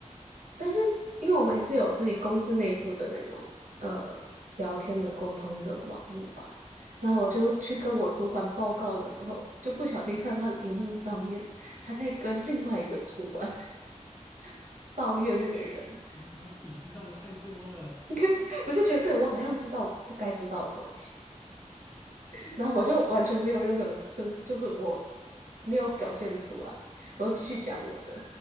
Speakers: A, on the right; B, on the left.
A: 但是因为我们是有自己公司内部的那种呃聊天的沟通的网络吧，然后我就去跟我主管报告的时候，就不小心看到他的荧幕上面，他在跟另外一个主管 <laughs> 抱怨那个人，
B: 我靠，你知道的太多了。
A: <laughs> 我就觉得对我好像知道不该知道的东西，然后我就完全没有任何声，就是我没有表现出来，我就继续讲我的，